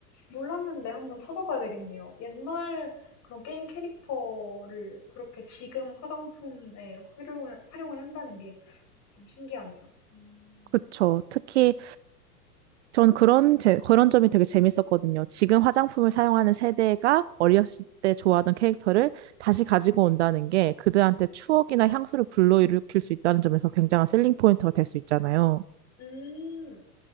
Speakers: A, on the left; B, on the right.
A: 몰랐는데 한번 찾아봐야 되겠네요. 옛날 그런 게임 캐릭터를 그렇게 지금 화장품에 활용을, 활용을 한다는 게 좀 신기하네요. 음,
B: 그쵸. 특히 전 그런 제, 그런 점이 되게 재밌었거든요. 지금 화장품을 사용하는 세대가 어렸을 때 좋아하던 캐릭터를 다시 가지고 온다는 게 그들한테 추억이나 향수를 불러일으킬 수 있다는 점에서 굉장한 셀링 포인트가 될 수 있잖아요.
A: 음,